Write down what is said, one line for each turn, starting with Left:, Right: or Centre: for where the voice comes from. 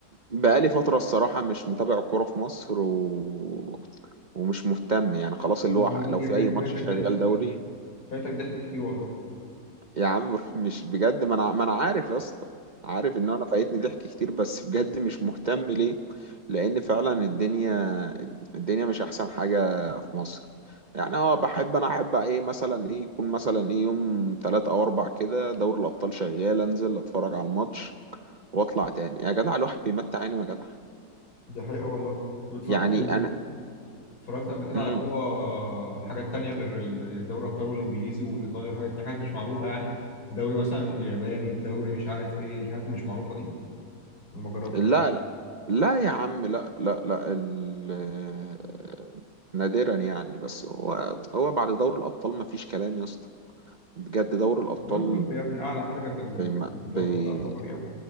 Right: بقالي فتره الصراحه مش متابع الكوره في مصر و... ومش مهتم يعني خلاص اللي
Left: لا
Right: هو
Left: بقول لك
Right: لو
Left: ايه
Right: في
Left: فايت-
Right: اي ماتش
Left: فايتك
Right: شغال
Left: ضحك كتير
Right: دوري
Left: فايتك ضحك كتير والله
Right: يا عم <laughs> مش بجد ما انا ما انا عارف يا اسطى عارف ان انا فايتني ضحك كتير بس بجد مش مهتم ليه لان فعلا الدنيا الدنيا مش احسن حاجة في مصر يعني اه بحب انا احب ايه مثلا ايه يكون مثلا ايه يوم تلات او اربع كده دوري الابطال شغال انزل اتفرج على الماتش واطلع تاني يا جدع الواحد بيمتع عينه يا جدع
Left: ده حقيقة والله انت اتفرجت
Right: يعني
Left: على
Right: انا
Left: اتفرجت قبل كده
Right: مم.
Left: على كورة حاجات تانية غير دوري الأبطال والإنجليزي والإيطالي والحاجات دي حاجات مش معروفة يعني دوري مثلا الياباني الدوري مش عارف إيه الحاجات اللي مش معروفة دي ولا ما جربتش
Right: لا لا يا عم لا لا لا ال... نادرا يعني بس هو هو بعد دوري الأبطال ما فيش كلام يا اسطى بجد دوري الأبطال
Left: أيوة، الطب يا ابني أعلى حاجة في ال-
Right: بما
Left: في البطولات
Right: بي...
Left: كلها يعتبر يعني